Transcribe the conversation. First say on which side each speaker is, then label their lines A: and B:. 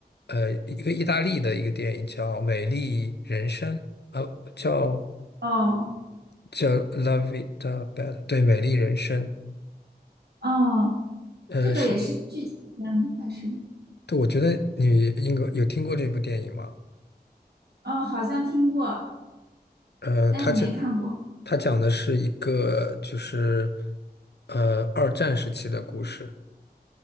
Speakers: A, on the left; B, on the right.
A: 呃一个意大利的一个电影叫《美丽人生》啊，叫
B: 哦。
A: 叫《La Vita Bella》，对，《美丽人生》。
B: 哦，
A: 呃，
B: 这个也是剧情片吗？
A: 是，
B: 还是？
A: 对，我觉得你应该有听过这部电影吗？
B: 哦，好像听过，
A: 呃，
B: 但是没看过。
A: 他讲他讲的是一个就是呃二战时期的故事，